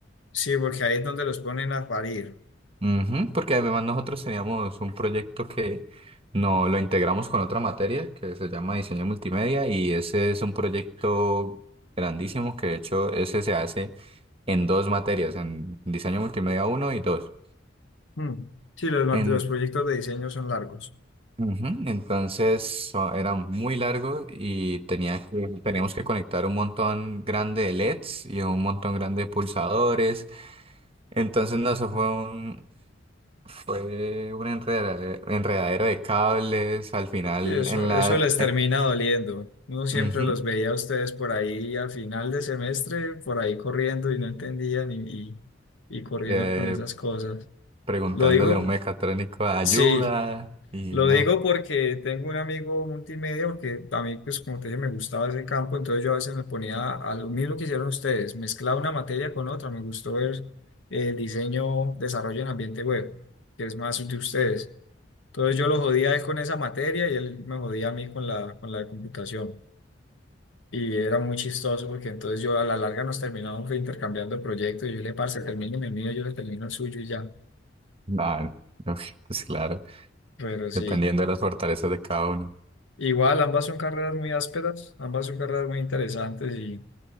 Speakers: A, on the left (about 75°); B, on the right (about 30°).
A: Sí, porque ahí es donde los ponen a parir.
B: Ujú, porque además nosotros teníamos un proyecto que no lo integramos con otra materia que se llama diseño multimedia y ese es un proyecto grandísimo que de hecho ese se hace en dos materias, en diseño multimedia uno y dos
A: Mm. Sí, los, mat-
B: En,
A: los proyectos de diseño son largos.
B: ujú, entonces so- era muy largo y tenía que, teníamos que conectar un montón grande de LEDs y un montón grande de pulsadores. Entonces no, eso fue un, Fue una enredadera, enredadera de cables al final
A: Sí, eso,
B: en
A: eso
B: la
A: les termina
B: eh,
A: doliendo. Uno siempre
B: ujú,
A: los veía a ustedes por ahí a final de semestre, por ahí corriendo y no entendían y, y, y corriendo
B: eh,
A: con esas cosas.
B: preguntándole
A: Lo digo,
B: a un mecatrónico ayuda
A: sí,
B: y
A: Lo
B: no,
A: digo porque tengo un amigo multimedia, porque a mí, pues como te dije, me gustaba ese campo, entonces yo a veces me ponía a lo mismo que hicieron ustedes, mezclaba una materia con otra, me gustó ver eh, diseño, desarrollo en ambiente web, que es más de ustedes. Entonces yo lo jodía a él con esa materia y él me jodía a mí con la, con la de computación. Y era muy chistoso porque entonces yo a la larga nos terminamos intercambiando proyectos y yo le, parce, termine el mío, yo le termino el suyo y ya.
B: nada, no, <laughs> pues claro,
A: Pero sí.
B: dependiendo de las fortalezas de cada uno.
A: Igual, ambas son carreras muy ásperas, ambas son carreras muy interesantes y,